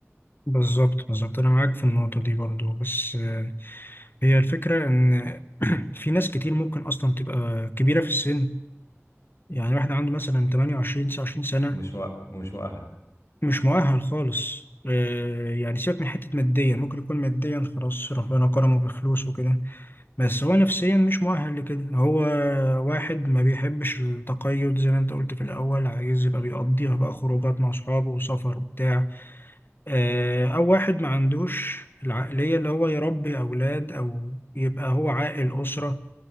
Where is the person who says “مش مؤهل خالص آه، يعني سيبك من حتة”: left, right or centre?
Left